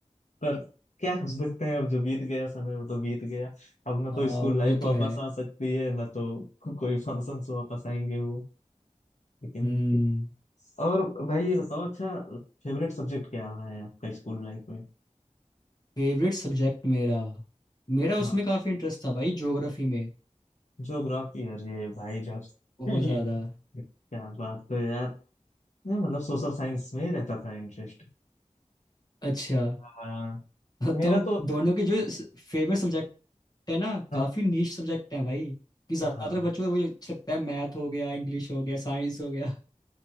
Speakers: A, on the left; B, on the left.
A: पर क्या कर सकते हैं अब जो बीत गया समय वो तो बीत गया अब ना
B: आ,
A: तो स्कूल
B: वो
A: लाइफ वापस
B: तो है
A: आ सकती है ना तो कोई फंक्शंस वापस आएंगे वो लेकिन
B: हम्म
A: ठीक। और भाई ये बताओ अच्छा फेवरेट सब्जेक्ट क्या रहा है आपका स्कूल लाइफ में
B: फेवरेट सब्जेक्ट मेरा मेरा
A: हाँ
B: उसमें काफी इंटरेस्ट था भाई ज्योग्राफी में
A: ज्योग्राफी अरे भाई ज्योग्राफी
B: बहुत ज्यादा
A: <laughs> क्या बात है यार नहीं, मतलब सोशल साइंस में रहता था इंटरेस्ट
B: अच्छा
A: हाँ मेरा
B: तुम
A: तो
B: दोनों के जो फेवरेट सब्जेक्ट है ना
A: हाँ
B: काफी नीश सब्जेक्ट है भाई कि ज्यादातर
A: हाँ
B: बच्चों को वही अच्छा लगता है मैथ हो गया इंग्लिश हो गया साइंस हो गया